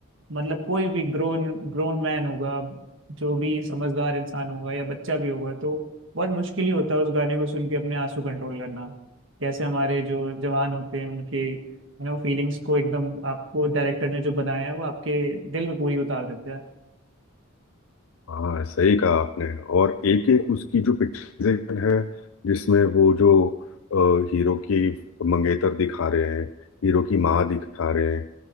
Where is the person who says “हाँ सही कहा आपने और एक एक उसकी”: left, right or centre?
Left